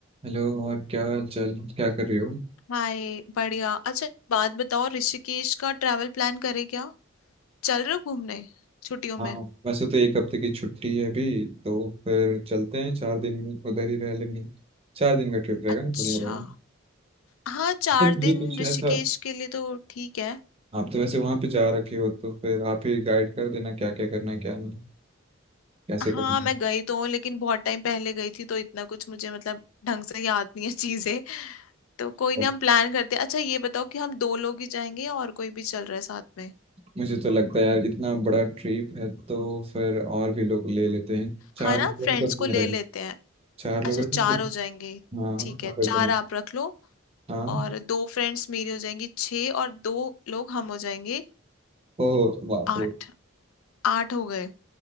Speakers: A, on the right; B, on the left.
A: Hello और क्या हाल चाल क्या कर रहे हो
B: हाय बढ़िया अच्छा एक बात बताओ ऋषिकेश का ट्रैवल प्लान करें क्या चल रहे हो घूमने छुट्टियों में
A: हाँ वैसे तो एक हफ्ते की छुट्टी है अभी तो फिर चलते हैं चार दिन उधर ही रह लेंगे चार दिन का ट्रिप रहेगा
B: अच्छा
A: ना बढ़िया रहेगा
B: हाँ चार
A: फिर मुझे
B: दिन
A: कुछ
B: ऋषिकेश
A: ऐसा
B: के लिए तो ठीक है
A: आप तो वैसे वहाँ पे जा रखे हो तो फिर आप ही गाइड कर देना क्या क्या करना है क्या नहीं कैसे
B: हाँ
A: करना
B: मैं
A: है
B: गई तो हूँ लेकिन बहुत टाइम पहले गई थी तो इतना कुछ मुझे मतलब ढंग से याद नहीं है चीजें तो कोई
A: और
B: नहीं हम प्लान करते हैं। अच्छा ये बताओ कि हम दो लोग ही जाएंगे या और कोई भी चल रहा है साथ में
A: मुझे तो लगता है यार इतना बड़ा ट्रिप है तो फिर और भी लोग ले लेते हैं चार
B: हाँ ना
A: लोग का
B: फ्रेंड्स
A: मतलब नहीं
B: को ले
A: रहेगा
B: लेते हैं
A: चार लोग
B: अच्छा
A: रहेगा
B: चार
A: मतलब
B: हो जाएंगे
A: हाँ
B: ठीक
A: काफी
B: है चार
A: बढ़िया
B: आप रख लो
A: हाँ
B: और दो फ्रेंड्स मेरी हो जाएंगी छः और दो लोग हम हो जाएंगे
A: ओह बाप
B: आठ
A: रे
B: आठ हो गए